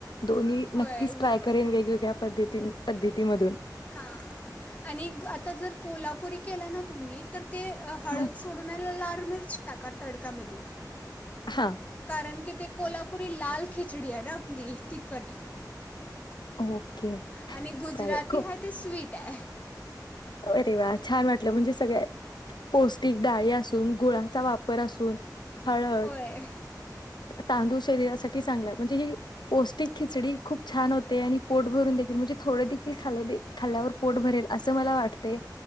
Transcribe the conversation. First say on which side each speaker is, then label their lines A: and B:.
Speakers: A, on the left (about 80°); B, on the left (about 20°).
A: नक्कीच
B: होय बरोबर
A: ट्राय करेन वेगवेगळ्या पद्धती पद्धतीमधून
B: हां आणि ग- आता जर कोल्हापुरी केला ना तुम्ही तर ते हळद
A: हा
B: सोडण्याला लाार मिर च टाका तडकामधी
A: हा
B: कारण की ते कोल्हापुरी लाल खिचडी आहे ना आपली तिखट
A: ओके
B: आणि गुजराती
A: चालेल खूप
B: हाय ते स्वीट <unintelligible>
A: अरे वा छान वाटलं म्हणजे सगळ्यात पौष्टिक डाळी असून गुळाचा वापर असून हळद
B: होय
A: तांदूळ शरीरासाठी चांगला म्हणजे ही पौष्टिक खिचडी खूप छान होते आणि पोट भरून देखील म्हणजे थोडे देखील खाल्याने खाल्ल्यावर पोट भरेल असं मला वाटत ते